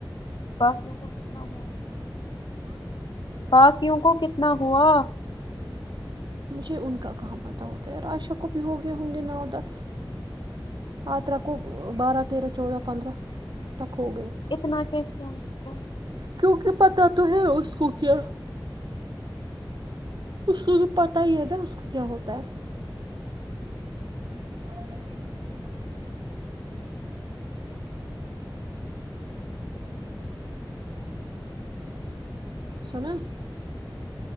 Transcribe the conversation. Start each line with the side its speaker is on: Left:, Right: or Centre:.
Left: بقی کو کتنا ہوا باقیوں کو کتنا ہوا
Right: مجھ ان کا کام پت ہوتا ہے راائشہ کو بھی ہو گئے ہوں گے نو دس آترہ کو بارہ تیرہ چودہ پندرہ تک ہو
Left: اتنا کی کو
Right: کیوںکہ پتا تو ہے اس کو کیا اس کو تو پتا ہی ہے نا اس کو کیا ہوتا ہے الگ آان سناا